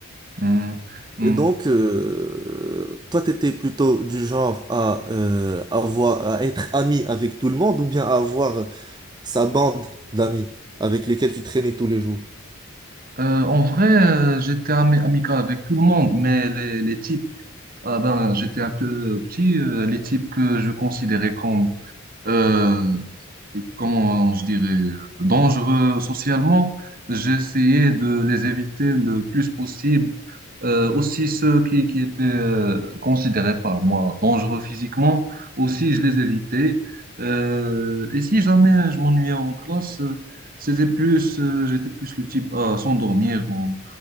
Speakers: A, on the right; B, on the right.
A: Hmm, hmm.
B: Et donc, euh, toi, t'étais plutôt du genre à, euh, avoir, à être ami avec tout le monde ou bien à avoir sa bande d'amis avec lesquels tu traînais tous les jours.
A: Euh, en vrai, euh, j'étais ami- amical avec tout le monde, mais les, les types, ah ben, j'étais un peu petit, euh, les types que je considérais comme euh, comment je dirais, dangereux socialement. J'essayais de les éviter le plus possible. Euh, aussi ceux qui, qui étaient euh, considérés par moi dangereux physiquement, aussi je les évitais. Euh, et si jamais je m'ennuyais en classe, euh, c'était plus, euh, j'étais plus le type à s'endormir ou